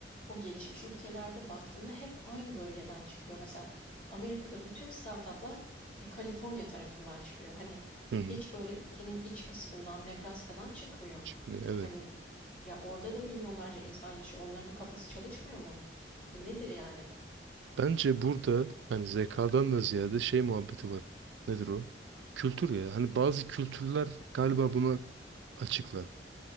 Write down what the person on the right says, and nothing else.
Hı hı.
Çıkmıyor, Evet.
Bence burada hani zekadan da ziyade şey muhabbeti var. Nedir o? Kültür ya. Hani bazı kültürler galiba buna açıklar.